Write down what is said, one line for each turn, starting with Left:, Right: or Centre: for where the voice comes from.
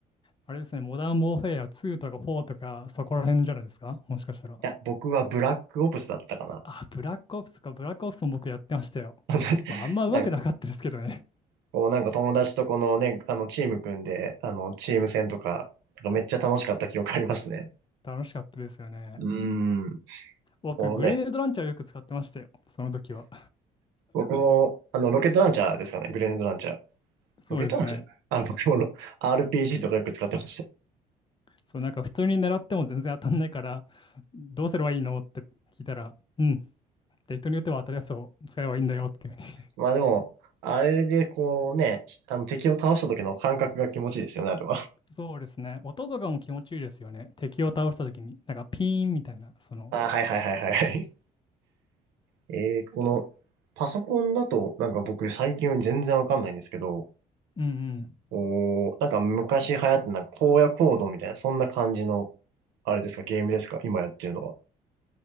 Left: あれですね、モダン・ウォーフェア2とか4とか、そこら辺じゃないですかもしかしたら。
Right: や、僕はブラックオプスだったかな。
Left: あ、ブラックオプスか、ブラックオプスも僕やってましたよ。
Right: <laughs>
Left: まあ、あんま上手くなかったですけどね。
Right: なんか、こうなんか友達とこのね、あの、チーム組んで、あの、チーム戦とか、なんかめっちゃ楽しかった記憶ありますね。
Left: <laughs> 楽しかったですよね。
Right: うーん。
Left: 僕、
Right: こうね、
Left: グレネードランチャーをよく使ってましたよ。その時は。
Right: 僕も、あの、ロケットランチャーですかね、グレネードランチャー。
Left: <laughs> そうですね。
Right: ロケットランチャーあの、僕もロ RPG とかよく使ってました。
Left: そう、なんか普通に狙っても全然当たんないから、どうすればいいのって聞いたら、うん。で、人に打っては当たるやつを使えばいいんだよっていうふうに。<laughs>
Right: まあでも、あれでこうね、あの、敵を倒した時の感覚が気持ちいいですよね、あれは。
Left: そうですね。音とかも気持ちいいですよね。敵を倒した時に。なんかピーンみたいな、その、
Right: ああ、はいはいはいはい。えー、この、パソコンだと、なんか僕最近全然わかんないんですけど、
Left: うんうん。
Right: おー、なんか昔流行ってなんか荒野行動みたいな、そんな感じの、あれですか、ゲームですか、今やってるのは。